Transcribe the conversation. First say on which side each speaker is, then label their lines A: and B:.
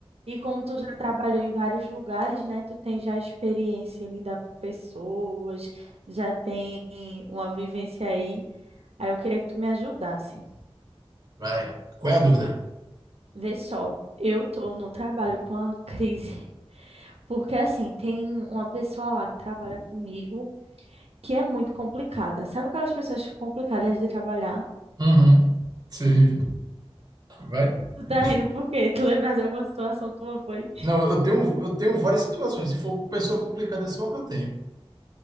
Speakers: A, on the right; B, on the right.
A: E como tu já trabalhou em vários lugares, né? Tu tem já experiência em lidar com pessoas, já tem uma vivência aí. Aí eu queria que tu me ajudasse.
B: Vai. Qual é a dúvida?
A: Vê só, eu tô no trabalho com a crise, <laughs> porque assim, tem uma pessoa lá que trabalha comigo que é muito complicada. Sabe aquelas pessoas complicadas de trabalhar?
B: Uhum. Sim. Vai.
A: Tu tá
B: Ixi.
A: rindo por quê? Tu lembras de alguma situação tua, foi?
B: Não, eu tenho, eu tenho várias situações. Se for pessoa complicada, é só o que eu tenho.